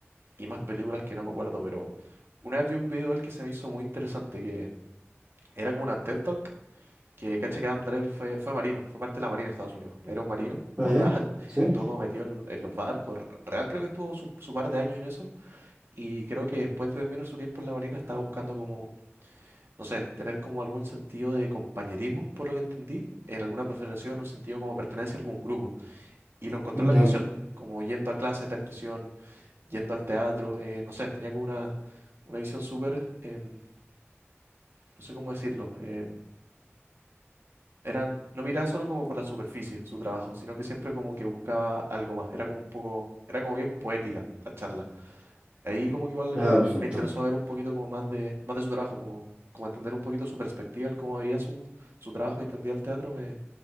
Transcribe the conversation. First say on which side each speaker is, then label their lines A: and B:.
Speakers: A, on the right (about 60°); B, on the right (about 30°).
A: y más películas que no me acuerdo, pero una vez vi un video de él que se me hizo muy interesante, que era como una TED Talk Que cacha que Adam Driver fue, fue marino, fue parte de la Marina de Estados Unidos. Era un marino,
B: Ah,
A: onda,
B: ya.
A: <laughs>
B: Sí.
A: estuvo como metido en, en los barcos. Real creo que estuvo su, su par de años en eso. Y creo que después de terminar su tiempo en la Marina estaba buscando como, no sé, tener como algún sentido de compañerismo, por lo que entendí, en alguna profesión, un sentido como pertenencia a algún grupo. Y lo encontró
B: Ya,
A: en la actuación, como yendo a clases de actuación, yendo al teatro, eh, no sé, tenía como una, una visión súper, em, no sé cómo decirlo, em, Eran, no miraba solo como por la superficie su trabajo, sino que siempre como que buscaba algo más. Era como un poco, era como bien poética la charla. Ahí como que igual
B: ya,
A: me,
B: perfecto.
A: me interesó ver un poquito como más de, más de su trabajo, como, como entender un poquito su perspectiva, el cómo veía su, su trabajo y entendía el teatro, me,